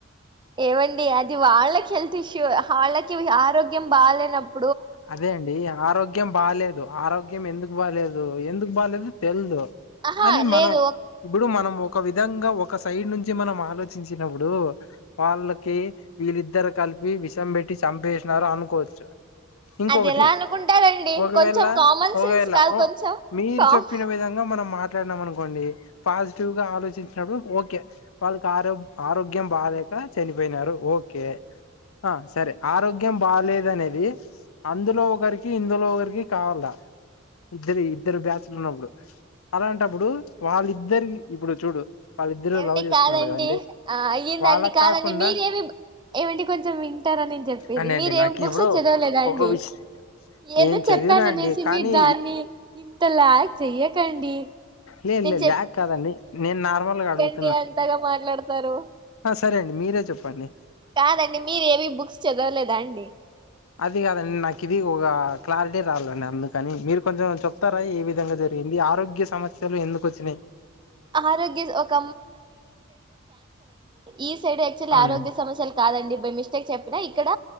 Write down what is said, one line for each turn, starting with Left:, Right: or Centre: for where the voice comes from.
Right: ఏవండి. అది వాళ్ళకి హెల్త్ ఇష్యూ వాళ్ళకి ఆరోగ్యం బాగాలేనప్
Left: అదే అండి ఆరోగ్యం బాలేదు. ఆరోగ్యం ఎందుకు బాలేదు. ఇప్పుడు ఎందుకు బాలేదు తెల్దు
Right: ఆహా
Left: కానీ మనం
Right: లేదు ఒక
Left: ఇప్పుడు మనం ఒక విధంగా ఒక సైడ్ నుంచి మనం ఆలోచించినప్పుడు, వాళ్ళకి వీళ్ళిద్దరు కలిపి విషం పెట్టి చంపేసినారు అనుకోవచ్చు. ఇంకొకటి
Right: అది ఎలా అనుకుంటారండి
Left: ఒకవేళ
Right: కొంచెం కామన్
Left: ఒవేళ
Right: సెన్స్ కాదు
Left: ఓ
Right: కొంచెం
Left: మీరు
Right: కామ్
Left: చెప్పిన విధంగా మనం మాట్ ట్లాడినాం అనుకోండి పాజిటివ్గా ఆలోచించినప్పుడు, ఓకే వాళ్ళకి ఆరోగ్ ఆరోగ్యం బాలేక చనిపోయినారు. ఓకే ఆ సరే ఆరోగ్యం బాలేేదు. అనేది అందులో ఒకరికి, ఇందులో ఒకరికి కావాల ఇద్దరి ఇద్దరు బ్యాచ్లు ఉన్నప్పుడు, అలాంటప్పుడు వాళ్ళిద్దరికి ఇప్పుడు చూడు వాళ్ళిద్దరు
Right: ఏవండి
Left: లవ్ చేసుకున్నారు
Right: కాదండి
Left: కదండి
Right: ఆ అయ్యిందండి.
Left: వాళ్ళకి
Right: కాదండి,
Left: కాకుండా
Right: మీరేమి ఏవండి కొంచెం వింటార, నేను చెప్పేది.
Left: అండి అండి
Right: మీరేం
Left: నాకు
Right: బుక్స్
Left: ఇప్పుడు
Right: చదవలేదా? హాయ్
Left: ఒక
Right: అండి
Left: విష నేను
Right: ఏదో
Left: చదివినా
Right: చెప్తాననేసి
Left: అండి కానీ
Right: మీరు దాన్ని ఇంత లాగ్ చెయ్యకండి
Left: లేదు
Right: నేను
Left: లేదు లాక్ కాదండి నేను నార్మల్గా అడుగుతు
Right: అండి అంతగా మాట్లాడతారు
Left: సరే అండి మీరే చెప్పండి
Right: కాదండి మీరేమి బుక్స్ చదవలేదా అండి
Left: అది కాదండి నాకు ఇవి ఒక క్లారిటీ రాలండి అందుకని మీరు కొంచెం చెప్తారా ఏ విధంగా జరిగింది ఆరోగ్య సమస్యలు ఎందుకు వచ్చినయి
Right: ఆరోగ్య ఒక ఈస్ సైడ్ యాక్చువల్లి
Left: అవునండి
Right: ఆరోగ్య సమస్యలు కాదండి బై మిస్టేక్ చెప్పినా ఇక్కడ